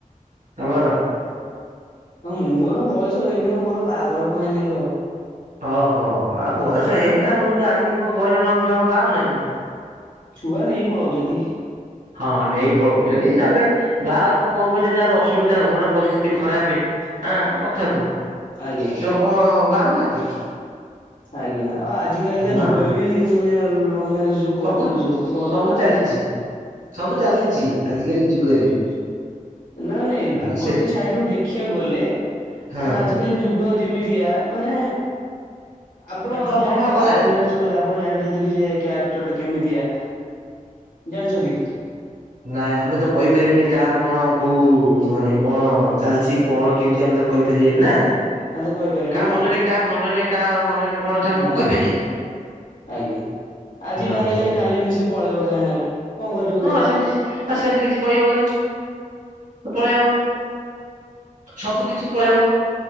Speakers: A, on the right; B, on the left.
A: <unintelligible>
B: ମୋର ବୟସ ହେଇନି ମୋର ବାହାଘର କଣ ଏନାକି ହବ।
A: ଓଁହୋ ଆଉ ବୟସ ହେଇନି ଆଉ ଆଜିକାଲି କଣ ବୟସ ନ ଛୁଆଙ୍କ ବାହା ହଉନାହାନ୍ତି।
B: ଛୁଆ ନେଇ ପଳଉଛନ୍ତି।
A: ହଁ ନେଇ ପଳଉଛନ୍ତି ତାପରେ ବାହାଘର କମ୍ ପଇସା ଯାହାର ଅସୁବିଧା ଘର ପରିସ୍ଥିତି ଖରାପ ହଁ ଗୋଟେ କଥା କୁହ
B: ଆଜ୍ଞା।
A: ସେ କଣ ବା ହଉନାହାନ୍ତି?
B: ଆଜ୍ଞା ଆଉ ଆଜି କାଲି କା
A: ହଁ
B: ଯୁଗରେ ବି ମାନେ ମ୍ୟାରେଜ ଯୋଉ କରୁଛନ୍ତି
A: ସବୁ ସବୁ
B: ଭଲ ନା
A: ଚାଲିଛି
B: ଆଉ।
A: ସବୁ ଚାଲିଛି ଆଜିକାଲି ଯୁଗରେ। <inaudible>
B: ନାଇ ନାଇଁ
A: ଆଉ
B: ଗୋଟେ
A: ସେ
B: ସାଇଡ ରୁ ଦେଖିବାକୁ ଗଲେ
A: ହଁ
B: ଆଜିକାଲି ଯୁଗ ଯେମିତି ମାନେ ଆପଣ
A: ପଖାଳ
B: ଜାଣିଛନ୍ତି
A: ପଖାଳ ଗଲାଣି।
B: ଅରେଞ୍ଜ ମ୍ୟାରେଜ କଲେ ଆପଣ ଜାଣିଛନ୍ତି କି ସେ କ୍ୟାରେକ୍ଟର ଟା କେମିତିଆ ଜାଣିଛନ୍ତି କି?
A: ନାଇଁ ଆମେ ତ କହିପାରିବନି କାହାର କଣ କୋଉ ମାନେ କଣ ଚାଲିଛି କଣ କେମିତି ଆମେ କହିପାରିବାନି ନା କାହା
B: ଆଉ ତ କହିପାରିବେନି ନା
A: ମନରେ କାହା ମନରେ କାହା ମନରେ କଣ
B: ହୁଁ
A: ଅଛି ଆମେ କଣ କହିପାରିବା।
B: ଆଜ୍ଞା ଆଜି
A: ହଁ
B: ବା ବହା ହେଇଗଲେ
A: ସେଇ କଥା।
B: କାଲି ଯଦି ସେ ପଳେଇବ କା ସାଙ୍ଗରେ କଣ କରିବ
A: ହଁ
B: କହିଲ।
A: ସେମିତି ସେମିତି କିଛି କହିହବନି ପଳେଇବ। ସବୁ କିଛି ପଳେଇବ।